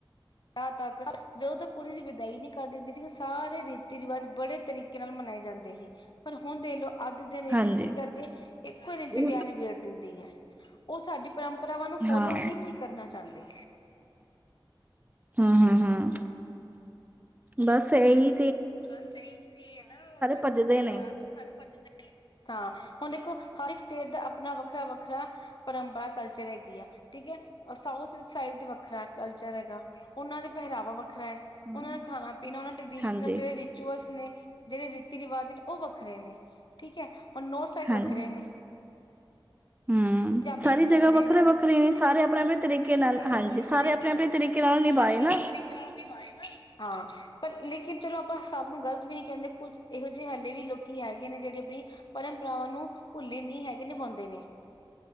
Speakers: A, on the left; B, on the right.
A: ਵਿਆਹ ਤੱਕ, ਜਦੋਂ ਤੱਕ ਕੁੜੀ ਦੀ ਵਿਦਾਈ ਨਹੀਂ ਕਰ ਦਿੰਦੀ ਸੀ, ਸਾਰੇ ਰੀਤੀ ਰਿਵਾਜ਼ ਬੜੇ ਤਰੀਕੇ ਤਰੀਕੇ ਨਾਲ ਮਨਾਏ ਜਾਂਦੇ ਸੀ, ਪਰ ਹੁਣ ਦੇਖ ਲਓ ਅੱਜ ਜਨਰੇਸ਼ਨ
B: ਹਾਂਜੀ।
A: ਕੀ ਕਰਦੀ ਏ, ਇੱਕੋ ਦਿਨ ਚ
B: ਹਾਂਜੀ।
A: ਵਿਆਹ ਨੀ ਬੇੜ ਦਿੰਦੀ ਹੈ ਉਹ ਸਾਡੀ ਪਰੰਪਰਾਵਾਂ ਨੂੰ, ਫੋਲੋ
B: ਹਾਂ,
A: ਹੀ ਨਹੀਂ ਕਰਨਾ ਚਾਹੁੰਦੇ
B: ਹੂ ਹੂ ਹੂ, ਬੱਸ ਏ ਹੀ
A: ਬਸ ਇਹੀ ਤੇ ਹੈ ਨਾ, ਰੀਤਿ
B: ਭੱਜਦੇ
A: ਰਿਵਾਜ਼
B: ਨੇ।
A: ਸਾਰੇ ਭੱਜਦੇ ਹਾਂ, ਹੁਣ ਦੇਖੋ ਹਰ ਇੱਕ ਸਟੇਟ ਦਾ ਆਪਣਾ ਵੱਖਰਾ ਵੱਖਰਾ ਪਰੰਪਰਾ ਕਲਚਰ ਹੈਗੀ ਆ, ਠੀਕ ਹੈ ਸਾਊਥ ਸਾਈਡ ਤੇ ਵੱਖਰਾ ਕਲਚਰ ਹੈਗਾ ਉਹਨਾਂ ਦਾ ਪਹਿਰਾਵਾ ਵੱਖਰਾ ਹੈ,
B: ਹੂੰ,
A: ਉਹਨਾਂ ਦਾ ਖਾਣਾ ਪੀਣਾ ਉਹ ਟਡੀ
B: ਹਾਂਜੀ,
A: ਰਿਚੁਅਲਸ ਨੇ, ਜਿਹੜੇ ਰੀਤੀ ਰਿਵਾਜ ਨੇ ਉਹ ਵੱਖਰੇ ਨੇ ਠੀਕ ਹੈ ਹੁਣ ਔ ਸਾਈਡ
B: ਹਾਂਜੀ।
A: ਵੱਖਰੇ ਨੇ
B: ਹੂੰ,
A: ਪੰਜਾਬੀਆਂ
B: ਸਾਰੀ
A: ਚ ਵੱਖਰੇ
B: ਜਗ੍ਹਾ ਵੱਖਰੇ-ਵੱਖਰੇ
A: ਨੇ, ਸਾਰੀ
B: ਨੇ ਸਾਰੇ
A: ਜਗ੍ਹਾ
B: ਆਪਣੇ-ਆਪਣੇ
A: ਵੱਖਰੇ ਵੱਖਰੇ
B: ਤਰੀਕੇ
A: ਨੇ
B: ਨਾਲ
A: ਸਾਰੇ
B: ਹਾਂਜੀ
A: ਆਪਣੇ ਆਪਣੇ
B: ਸਾਰੇ
A: ਤਰੀਕੇ
B: ਆਪਣੇ-ਆਪਣੇ
A: ਨਾਲ
B: ਤਰੀਕੇ
A: ਹਾਂਜੀ
B: ਨਾਲ
A: ਸਾਰੇ
B: ਨਿਭਾਏ
A: ਆਪਣੇ
B: ਨਾ
A: ਵੀ ਤਰੀਕੇ ਨਾਲ ਨਿਭਾਏ ਨਾ ਹਾਂ ਪਰ ਲੇਕਿਨ ਚਲੋ ਆਪਾਂ ਸਭ ਨੂੰ ਗ਼ਲਤ ਵੀ ਨਹੀਂ ਕਹਿੰਦੇ, ਕੁਝ ਇਹੋ ਜਿਹੇ ਹਲੇ ਵੀ ਲੋਕੀ ਹੈਗੇ ਨੇ, ਜਿਹੜੇ ਆਪਣੀ ਪਰੰਪਰਾਵਾਂ ਨੂੰ ਭੁੱਲੇ ਨਹੀਂ ਹੈਗੇ, ਨਿਭਾਉਂਦੇ ਨੇ